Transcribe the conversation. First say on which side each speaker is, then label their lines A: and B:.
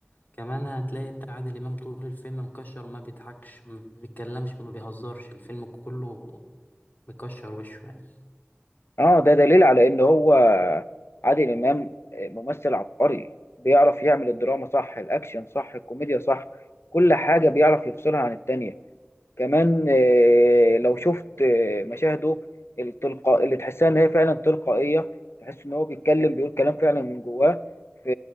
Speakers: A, on the left (about 45°); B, on the left (about 75°).
A: كمان هتلاقي انت عادل امام طول الفيلم مكشر ما بيضحكش ما بيتكلمش ما بيهزرش الفيلم كله مكشر وشه يعني
B: اه ده دليل على ان هو عادل امام ممثل عبقري بيعرف يعمل الدراما صح الاكشن صح الكوميديا صح كل حاجه بيعرف يفصلها عن التانية كمان آه، لو شفت آه، مشاهده التلقاء اللي تحسها ان هي فعلا تلقائيه تحس ان هو بيتكلم بيقول كلام فعلا من جواه في